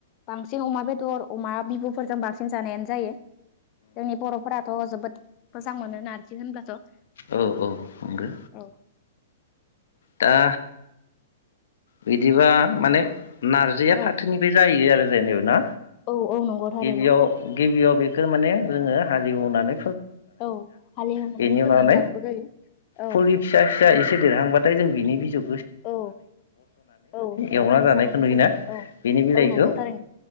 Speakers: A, on the left (about 30°); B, on the left (about 75°).
A: बांसिन अमा बेदर अमा बिबुफोरजों बांसिन जानायानो जायो। जोंनि बर'फोराथ' जोबोद मोजां मोनो नारजि होनब्लाथ'।
B: औ औ नंगौ
A: ओ <inaudible>
B: दा बिदिबा माने नारजिया
A: औ
B: फाथोनि बे जाहैयो आरो जेनेबा ना
A: औ औ नंगौ थारैनो
B: गिबियाव गिबियाव बेखौ माने जोङो हाले एवनानै
A: औ हालेवनानै
B: <unintelligible> बेनि
A: फोग्रोनानै
B: उनाव
A: लानांगौ जायो औ
B: फुलि फिसा फिसा एसे देरहांबा जोंनि बिजौ
A: औ औ संनानै
B: एवना जानायखौ
A: जानांगौ
B: नुयोना
A: जायो। औ
B: बेनि बिलाइखौ
A: औ नंगौ थारैनो।